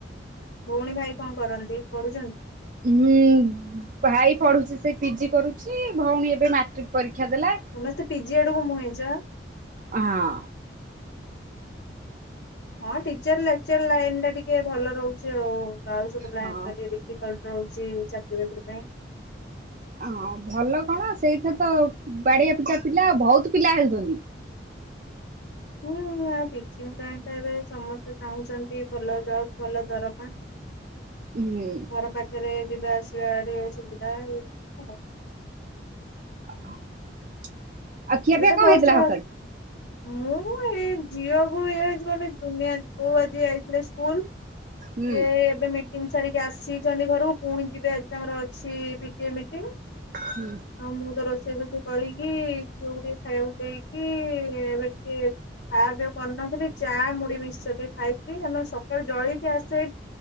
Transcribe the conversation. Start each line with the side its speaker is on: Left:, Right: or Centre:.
Left: ଭଉଣୀ ଭାଇ କଣ କରନ୍ତି ପଢୁଛନ୍ତି।
Right: ହଁ ଭାଇ ପଢ଼ୁଛି ସେ ପିଜି କରୁଛି ଭଉଣୀ ଏବେ ମାଟ୍ରିକ୍ ପରୀକ୍ଷା ଦେଲା।
Left: ସମସ୍ତେ ପିଜି ଆଡକୁ ମୁହେଁଇଚ।
Right: ହଁ
Left: ହଁ ଟିଚର ଲେକ୍ଚର ଲାଇନ ଟା ଟିକେ ଭଲ ରହୁଛି ଆଉ। ତ ଆଉ ସବୁ ଲାଇ
Right: ହଁ
Left: ଡିଫିକଲଟ ରହୁଛି ଚାକିରି ବାକିରି ପାଇଁ।
Right: ହଁ ଭଲ କଣ ସେଇଥିରେ ତ ବାଡ଼ିଆ ପିଟା ପିଲା ବହୁତ ପିଲା ହେଉଛନ୍ତି।
Left: ହୁଁ ଆଉ ଟିଚିଙ୍ଗି ଲାଇନ ଏବେ ସମସ୍ତେ ଚାହୁଁଛନ୍ତି ଭଲ ଜବ୍ ଭଲ ଦରମା।
Right: ହୁଁ
Left: ଘର ପାଖରେ ଯିବା ଆସିବା ଟିକେ ସୁବିଧା ଇଏ
Right: <unintelligible>
Left: ଏବେ ତ
Right: କଣ
Left: ବହୁ
Right: ହେଇଥିଲା
Left: ବା
Right: ସକାଳୁ
Left: ମୁଁ ଏଇ ଝିଅକୁ ଇଏ ହେଇଛି ମାନେ ଦୁନିଆ ବୋଉ ଆଜି ଯାଇଥିଲେ ସ୍କୁଲ।
Right: ହୁଁ
Left: ସିଏ ଏବେ ମିଟିଂ ସାରିକି ଆସିଛନ୍ତି ଘରକୁ ପୁଣି ଯିବେ ଆଜି ତାଙ୍କର ଅଛିି ପିଟିଏମ୍ ମିଟିଂ।
Right: ହୁଁ।
Left: ଆଉ ମୁଁ ତ ରୋଷେଇ ଫୋଷେଇ କରିକି ଯୋଉ ଟିକେ ଖାଇବାକୁ ଦେଇକି ଏବେ ଟିକେ ଖା ପିଆ କରିନଥିଲି ଚା ମୁଡି ମିକ୍ସଚର ବି ଖାଇଥିଲି ଆମେ ସକାଳୁ ଜଳକି ଆସେ